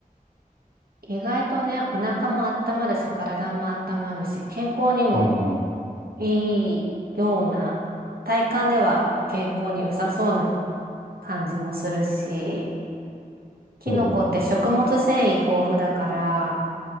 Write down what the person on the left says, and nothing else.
うん。
そうだね。